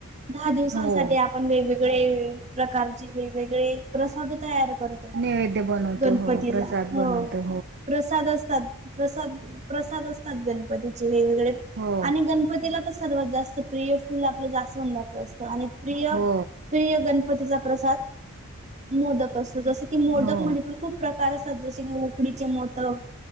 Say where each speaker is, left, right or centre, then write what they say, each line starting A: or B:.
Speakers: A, on the right; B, on the right.
A: दहा दिवसांसाठी
B: हो
A: आपण वेगवेगळे प्रकारचे वेगवेगळे प्रसाद तयार करतो
B: नैवेद्य बनवतो
A: गणपतीला
B: हो प्रसाद
A: हो
B: बनवतो
A: प्रसाद असतात प्रसाद प्रसाद असतात गणपतीचे वेगवेगळे
B: हो
A: आणि गणपतीला तर सर्वात जास्त प्रिय फुल आपलं जास्वंदाचं असतं आणि प्रिय
B: हो
A: प्रिय गणपतीचा प्रसाद मोदक असतो जस की मोदक
B: हो
A: मध्ये पण खूप प्रकार अस तात जसे की उकडीचे मोदक